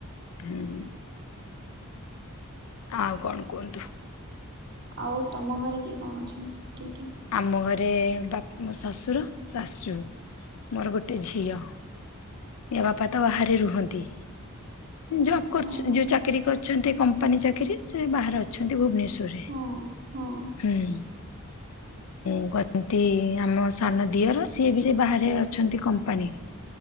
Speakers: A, on the left; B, on the right.
A: ହୁଁ। ହଁ କଣ କୁହନ୍ତୁ?
B: ଆଉ ତମ ଘରେ କିଏ କଣ ଅଛନ୍ତି କିଏ କିଏ?
A: ଆମ ଘରେ ବାପ ଶଶୁର ଶାଶୁ ମୋର ଗୋଟେ ଝିଅ। ବାପା ତ ବାହାରେ ରୁହନ୍ତି। ଜବ୍ କର
B: ଓହୋ
A: ଯୋଉ ଚାକିରୀ କରିଛନ୍ତି କମ୍ପାନୀ ଚାକିରୀ, ସେ ବାହାରେ ଅଛନ୍ତି ଭୁବନେଶ୍ୱରରେ
B: ହଁ ହଁ
A: ହୁଁ ଉଁ <unintelligible> ଆମ ସାନ ଦିଅର, ସିଏ ବି ସେ ବାହାରେ ଅଛନ୍ତି କମ୍ପାନୀ